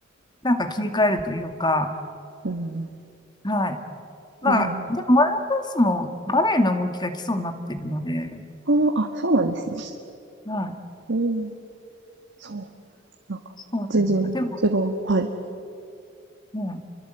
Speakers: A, on the left; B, on the right.
A: なんか切り替えるというか、
B: うん。
A: はい。まあ、
B: ええ
A: でも、ワンダンスもバレエの動きが基礎になってるので、
B: ああ、そうなんですね。
A: はい。
B: うん、そう。なんか、
A: そうなんですよ。
B: 全然違う。
A: でも、
B: はい。
A: うん、